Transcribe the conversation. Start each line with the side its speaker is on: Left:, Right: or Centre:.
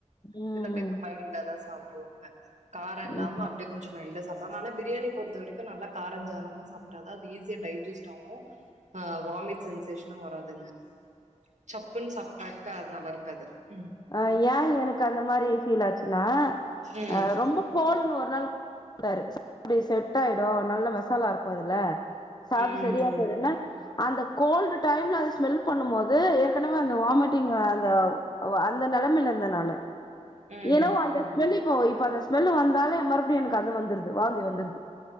Left: ம்
Right: சில பேக்கு மைல்டாதா சாப் டுவாங்க காரொ இல்லாம
Left: ம்
Right: அப்டியே கொஞ்சொ மைல்டா சாப் அதனால பிரியாணி பொறுத்த வரைக்கு, நல்லா காரஞ்சாரமா சாப்ட்டாதா அது ஈஸியா டைஜெஸ்ட் ஆவு ஆ வாமிட் சென்சேஷ் னு வராதுங்க சப்புன்னு சாப்ட்டா நல்லா இருக்காது உம்
Left: அ ஏ எனக்கு அந்த மாரி ஃபீல் ஆச்சினா
Right: ம்
Left: அ ரொம்போ கோள்ன்னு ஒரு நாள் டாரு <inaudible> அப்டி செட் ஆயிடு நல்ல மச மசாலா இருக்கு இதுல சாப்டு
Right: ம்
Left: செரியா போயிடுன்னா அந்த கோல்டு டைம்ல ஸ்மெல் பண்ணும் போது ஏற்கனவே அந்த வாமிட்டிங் ஆ அந்த வ அந்த நெலமைல இருந்த நானு
Right: ம்
Left: ஏனோவ் அந்த செல்லு இப்போம் இப்ப இப்ப அந்த ஸ்மெல்லு வந்தாலே மறுபடியும் எனக்கு அது வந்துருது வாந்தி வந்துருது